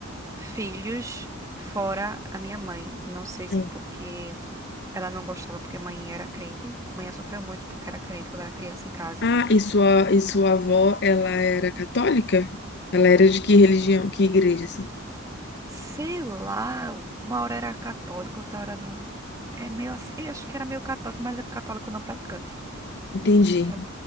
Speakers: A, on the right; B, on the left.
A: filhos fora a minha mãe. Não sei se
B: Hum.
A: porque ela não gostava porque mãe era crente. Mãe sofreu muito porque era crente quando era criança em casa.
B: Ah, e sua, e sua avó, ela era católica? Ela era de que religião, que igreja, assim?
A: Sei lá, uma hora era católica, outra hora não. É meio assim, eu acho que era meio católico, mas é católico não praticante,
B: Entendi.
A: sabe?